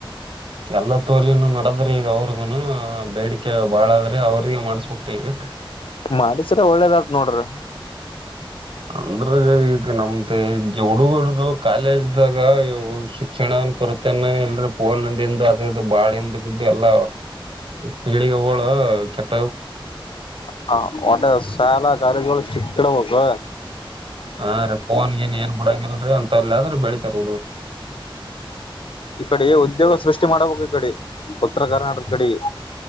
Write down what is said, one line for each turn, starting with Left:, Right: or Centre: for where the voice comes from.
Right: ಎಲ್ಲ ತೋಲನು ನೋಡದ್ರಿ ಈಗ ಅವರ್ದುನು. ಬೇಡಿಕೆ ಬಾಳಾದ್ರಿ ಅವ್ರಿಗೆ ಮಾಡೂಸ್ಬಕ್ರೀ ಈಗ.
Left: ಮಾಡಿಸ್ರಿ ಒಳ್ಳೇದತ್ ನೋಡ್ರಿ.
Right: ಅಂದ್ರು ರೀ ಈಗ ನಮ್ದ ಹುಡುಗುರ್ದು ಕಾಲೇಜ್ದಾಗ ಯುವ್. ಶಿಕ್ಷಣನ್ ಕೊರೆತನ ಎಲ್ರು ಪೂನ್ ದಿಂದ ಅದ್ ಇದು ಬಾಳ ಹಿಂದ್ ಬಿದ್ದು ಎಲ್ಲ. ಪೀಳಿಗೆ ಅವಳ ಕೆಟ್ಟ
Left: ಹ ಹೊಟ್ಟೆ ಸಾಲ ಗಾರಿಗಳು ಚಿಕ್ಕಡಬೇಕು
Right: ಹಾ ರೀ ಪೋನ್ಗಿನ್ ಏನ್ ಬಿಡಂಗಲ್ರಿ ಅಂತಲ್ಲ ಆದ್ರೆ ಬೆಳಿತಾರ ಹುಡುಗ್ರ
Left: ಈ ಕಡೆ ಉದ್ಯೋಗ ಸೃಷ್ಟಿ ಮಾಡಬೇಕು ಈ ಕಡೆ ಉತ್ತರ ಕರ್ನಾಟದ ಕಡೆಗೆ